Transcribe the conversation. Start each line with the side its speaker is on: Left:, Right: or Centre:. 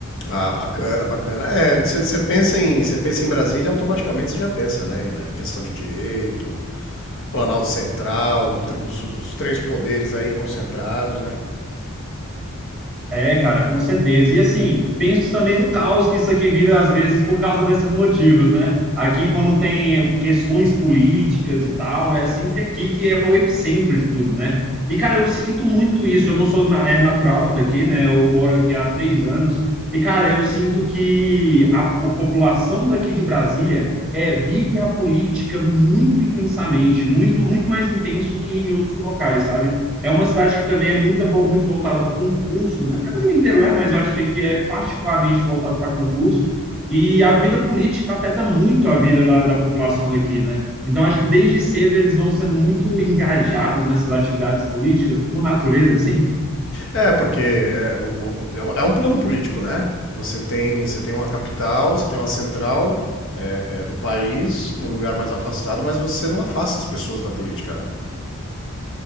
Left: Ah, bacana, bacana. É, você você pensa em, você pensa em Brasília, automaticamente você já pensa, né, na questão de direito, Planalto Central, tr- dos- os três poderes aí concentrados, né?
Centre: É, cara, com certeza. E assim, penso também no caos que isso aqui vira às vezes por causa desses motivos, né? Aqui, quando tem questões políticas e tal, é sempre aqui que é o epicentro de tudo, né? E, cara, eu sinto muito isso. Eu não sou na- é, natural daqui, né? Eu moro aqui há três anos. E, cara, eu sinto que a, a população daqui de Brasília é, vive a política muito intensamente, muito, muito mais intenso que em outros locais, sabe? É uma cidade que também é muito, muito voltada para concurso, né? O Brasil inteiro é, mas eu acho que aqui é particularmente voltado para concurso. E a vida política afeta muito a vida da, da população daqui, né? Então, acho que desde cedo eles vão sendo muito engajados nessas atividades políticas, por natureza, assim.
Left: É, porque é, o- o- é um é um plano político, né? Você tem, você tem uma capital, você tem uma central é, é, do país, num lugar mais afastado, mas você não afasta as pessoas da política, né?